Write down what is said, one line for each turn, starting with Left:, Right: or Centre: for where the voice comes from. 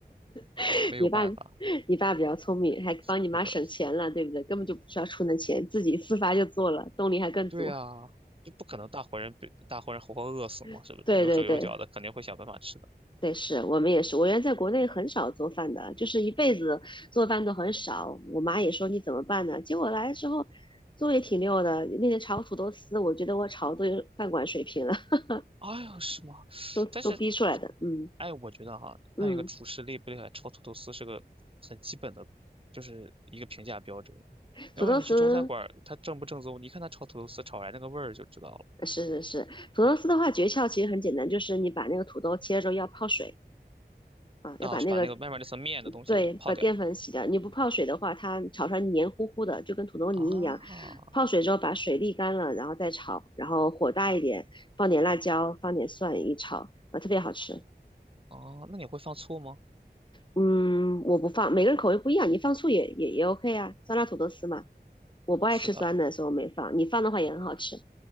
Left: <laughs>
Right: 没有办法，
Left: 你爸你爸比较聪明，还帮你妈省钱了，
Right: 是的，
Left: 对不对？根本就不需要出那钱，自己自发就做了，动力还更足。
Right: 对啊。这不可能，大活人被大活人活活饿死嘛，
Left: <laughs>
Right: 是不是？
Left: 对对对，
Right: 有手有脚的，肯定会想办法吃的。
Left: 对，是我们也是。我原来在国内很少做饭的，就是一辈子做饭都很少。我妈也说你怎么办呢？结果来之后做也挺溜的。那天炒土豆丝，我觉得我炒都有饭馆水平了，<laughs>
Right: 哎呦，是吗？
Left: 都都逼出来的。
Right: 但是
Left: 嗯
Right: 哎，我觉得哈，
Left: 嗯，
Right: 看一个厨师厉不厉害，炒土豆丝是个很基本的，就是一个评价标准。要不然你去中餐馆儿，
Left: 土豆丝
Right: 他正不正宗，你看他炒土豆丝炒出来那个味儿就知道了。
Left: 呃是是是，土豆丝的话诀窍其实很简单，就是你把那个土豆切了之后要泡水啊，要把那个
Right: 然后去把那个外面那层面的东西泡掉。
Left: 对，把淀粉洗掉。你不泡水的话，它炒出来黏糊糊的，就跟土豆泥一样。
Right: 啊，
Left: 泡水之后把水沥干了，然后再炒，然后火大一点，放点辣椒，放点蒜一炒，啊，特别好吃。
Right: 哦，那你会放醋吗？
Left: 嗯，我不放，每个人口味不一样，你放醋也也也 OK 啊，酸辣土豆丝嘛。我不爱吃酸的，
Right: 是的，
Left: 所以我没放。你放的话也很好吃。